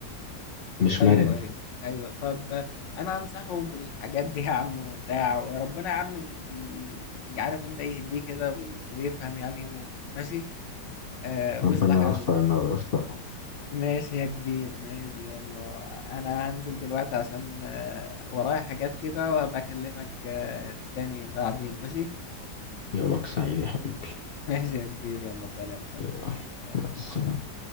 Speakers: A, on the left (about 55°); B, on the left (about 85°).
A: مش
B: ايوه
A: مرن
B: ايوه ايوه طب انا انصحه بالحاجات دي يا عم وبتاع وربنا يا عم ي- ي- يعرف انت يهديه كده وي- ويفهم يعني و- ماشي آه ويصلح
A: ربنا
B: حاله
A: يوفقنا
B: بقى
A: ويوفقه
B: ماشي يا كبير ماشي يلا انا هنزل دلوقتي عشان آه ورايا حاجات كده وهبقى اكلمك آه تاني بعدين ماشي
A: يومك سعيد يا حبيبي
B: ماشي يا كبير يلا سلام سلام
A: يلا،
B: سلام
A: مع السلامة